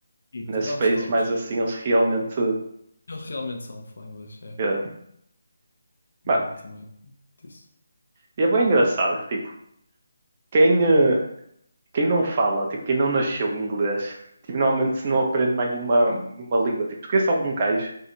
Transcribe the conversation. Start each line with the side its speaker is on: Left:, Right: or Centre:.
Left: E
Right: Nesses
Left: tipo, dá
Right: países
Left: uns toques.
Right: mais assim, eles realmente.
Left: Eles realmente sabem falar inglês, é.
Right: Yeah.
Left: Também,
Right: Mano,
Left: também disse.
Right: e é bem engraçado, tipo, quem, eh, quem não fala, tipo, quem não nasceu em inglês, tipo, normalmente se não aprende mais nenhuma, nenhuma língua. Tipo, tu conheces algum gajo